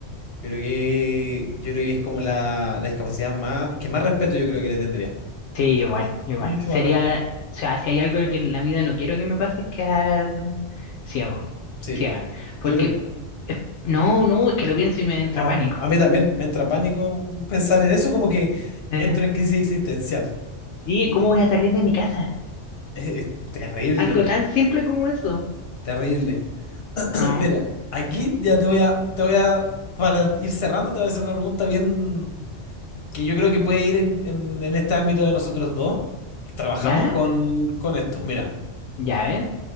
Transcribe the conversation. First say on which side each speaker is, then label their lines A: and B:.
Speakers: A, on the left (about 60°); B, on the left (about 80°).
A: yo creo que, yo creo que es como la, la discapacidad más, que más respeto yo creo que le tendría.
B: Sí, yo igual, yo
A: Mucho
B: igual. Sería,
A: más respeto.
B: o sea, si hay algo que en la vida no quiero que me pase es quedar ciego,
A: Sí,
B: ciega. Porque,
A: yo creo,
B: eh, no, no, es que lo pienso y me entra
A: no,
B: pánico.
A: a mí también, me entra pánico pensar en eso, como que
B: Eh,
A: entro en crisis existencial.
B: sí,
A: Mm.
B: ¿cómo voy a salir de mi casa?
A: Es, es terrible,
B: Algo tan simple como eso.
A: terrible. <clears throat>
B: No.
A: Mira, aquí ya te voy a, te voy a, para ir cerrando, te voy a hacer una pregunta bien que yo creo que puede ir en, en- en este ámbito de nosotros dos, que trabajamos
B: ¿Ya?
A: con, con esto. Mira,
B: ¿Ya ven?